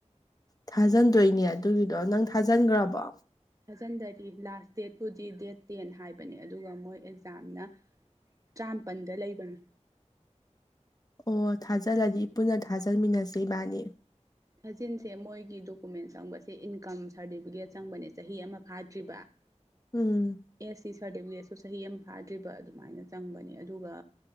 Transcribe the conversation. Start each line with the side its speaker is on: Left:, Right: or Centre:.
Left: ꯊꯥꯖꯟꯗꯣꯏꯅꯦ ꯑꯗꯨꯒꯤꯗꯣ ꯅꯪ ꯊꯥꯖꯟꯒ꯭ꯔꯥꯕꯣ
Right: ꯊꯥꯖꯤꯟꯗꯔꯤ ꯂꯥꯁ ꯗꯦꯠꯄꯨꯗꯤ ꯗꯦꯠ ꯇꯦꯟ ꯍꯥꯏꯕꯅꯦ ꯑꯗꯨꯒ ꯃꯣꯏ ꯑꯦꯛꯖꯥꯝꯅ ꯇꯔꯥꯃꯥꯄꯟꯗ ꯂꯩꯕꯅꯤ
Left: ꯑꯣ ꯊꯥꯖꯜꯂꯗꯤ ꯄꯨꯟꯅ ꯊꯥꯖꯟꯃꯤꯟꯅꯁꯦ ꯏꯕꯥꯅꯤ
Right: ꯊꯛꯖꯤꯟꯁꯦ ꯃꯣꯏꯒꯤ ꯗꯣꯀꯨꯃꯦꯟ ꯆꯪꯕꯁꯦ ꯏꯟꯀꯝ ꯁꯥꯔꯇꯤꯐꯤꯀꯦꯠ ꯆꯪꯕꯅꯦ ꯆꯍꯤ ꯑꯃ ꯐꯥꯗ꯭ꯔꯤꯕ <inaudible>
Left: ꯎꯝ
Right: ꯑꯦꯁ ꯁꯤ ꯁꯥꯔꯇꯤꯐꯤꯀꯦꯠꯁꯨ ꯆꯍꯤ ꯑꯃ ꯐꯥꯗ꯭ꯔꯤꯕ ꯑꯗꯨꯃꯥꯏꯅ ꯆꯪꯕꯅꯦ ꯑꯗꯨꯒ